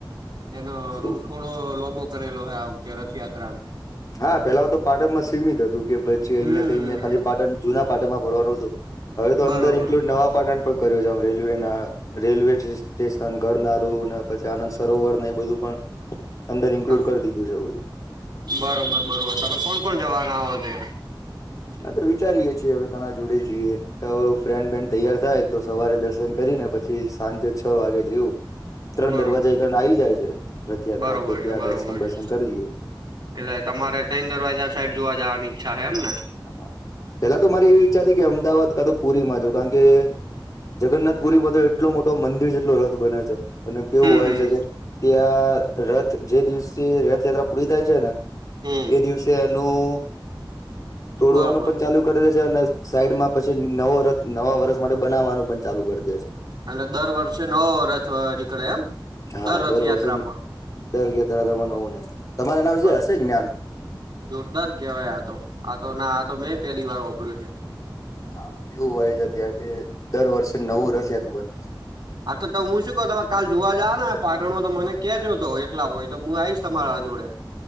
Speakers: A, on the right (about 60°); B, on the left (about 45°).
A: એનો
B: શું
A: રૂટ થોડો લોબો કરેલો હો આ વખતે રથયાત્રા ન.
B: હા પેલા તો પાટણ માં સીમિત હતું કે પછી
A: હમ
B: અહિયા ત અહિયાં ખા પાટણ જૂના પાટણમાં ભરવાનું હતું. હવે તો
A: બરોબર
B: અંદર ઇન્કલુડ નવા પાટણ પણ કર્યું છે આમ રેલવે ના રેલવે સ્ટેશન, ઘરનારું પછી આનંદ સરોવર એ બધું પણ અંદર ઇન્ક્લુડ
A: હા
B: કરી દીધું છેવું બધું.
A: બરોબર બરોબર તમે કોણ કોણ જવાના હો તે?
B: હા તો વિચારીએે છીએ હવે ઘના જોડે જઈએ. ફ્રેન્ડ બેન તૈયાર થાય. તો સવારે દર્શન કરીને, પછી સાંજે છ વાગે જવું. ત્રણ
A: બરોબર
B: દરવાજા કરને આવી જાય છે. રથયાત્રા
A: બરોબર
B: તો ત્યાં
A: છે બરોબર
B: દર્શન દર્સન
A: છે
B: કરી લીએ.
A: એટલે તમારે તન દરવાજા સાઈડ જોવા જવાની ઈચ્છા છે એમ ને
B: હા, પેલા તો મારી એવી ઈચ્છા હતી કે, અમદાવાદ કા તો પુરી માં જોવ કારણ કે જગન્નાથપુરી માં તો એટલો મોટો મંદિર જેટલો રથ બને છે. અને કેવું
A: હમ
B: હોય
A: હમ
B: છે કે, ત્યાં રથ જે દિવસે રથયાત્રા પૂરી થાય છે ને
A: એ
B: એ દિવસે એનું તોડવાનું
A: બરોબર
B: પણ ચાલુ કરી દે છે અને સાઈડમાં પછી નવો રથ નવા વરષ માટે બનાવવાનું પણ ચાલુ કરી દે છે.
A: એટલે દર વર્ષે નવો રથ નીકળે એમ?
B: હા
A: દર રથયાત્રામાં
B: વર્ષે દર યાત્રા તમે નવું નાઈખું, તમાર એના વિશે
A: હા
B: હશે જ્ઞાન.
A: જોરદાર કેવાય આ તો આ તો ના આ તો મેં પેલી વાર ઓપડ્યું છે.
B: હા, એવું હોય છે. ત્યાં કે દર વર્ષે નવું રસતું બને છે.
A: આ તો ત હું શું કહ તમે કાલ જોવા જાવ ને પાટણમાં તો, મને કેજો તો એકલા હોય તો હું આવીશ તમારા જોડે.